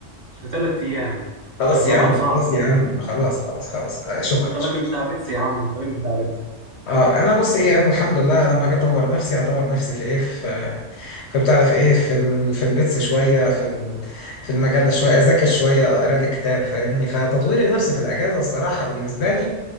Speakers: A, on the right; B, on the left.
A: في ثلاث أيام
B: خلاص
A: رقم
B: يا عم
A: صعب
B: خلاص يا عم خلاص خلاص خلاص آه شكرا
A: انت
B: شكرا
A: راجل بتاع بيتس يا عم انت راجل بتاع بيتس
B: اه انا بص ايه انا الحمد لله لما اجي اطور نفسي هطور نفسي في ايه في فبتعرف ايه في ال... في البيتس شويه في ال... في المجال ده شويه اذاكر شويه اقرا لي كتاب فاهمني فتطوير النفس في الاجازه الصراحه بالنسبه لي